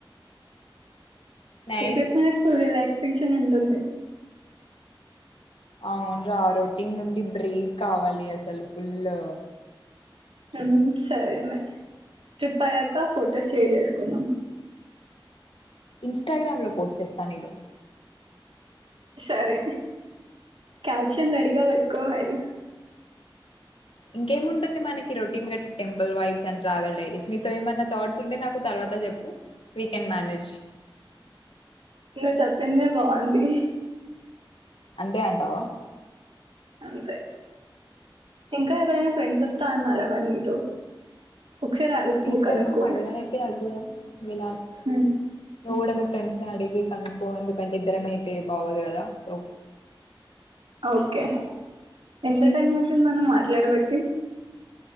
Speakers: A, on the left; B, on the right.
A: నైస్
B: ఈ ట్రిప్ మనకి ఫుల్ రిలాక్సేషన్ ఉంటుంది
A: అవును రా రొటీన్ నుండి బ్రేక్ కావాలి అసలు ఫుల్ల్
B: హుం సరే మరి ట్రిప్ అయ్యాక ఫొటోస్ షేర్ చేసుకుందాం
A: ఇన్స్టాగ్రామ్ లో పోస్ట్ చేస్తా నేను
B: సరే క్యాప్షన్ రెడీగా పెట్టుకో మరి <inaudible>
A: ఇంకేముంటుంది మనకి రొటీన్గా temple vibes and travel diaries మీతో ఏమన్న థాట్స్ ఉంటే నాకు తర్వాత చెప్పు వి కెన్ మానేజ్
B: నువ్వు చెప్పిందే బాగుంది
A: అంతే అంటవా
B: అంతే ఇంకా ఎవరైనా ఫ్రెండ్స్ వస్తా అన్నారా మరి నీతో ఒకసారి అడుగు
A: తీసుకెళ్దాం
B: కనుక్కో
A: అడుగనైతే
B: మరి
A: అడుగుదాం విల్ ఆస్క్
B: హ్మ్
A: నువ్వు కూడా మీ ఫ్రెండ్స్ ని అడిగి కనుక్కో ఎందుకంటే ఇద్దరమే అయితే బాగోదు కదా సో
B: ఓకే ఎంత టైం అవుతుంది మనం మాట్లాడబట్టి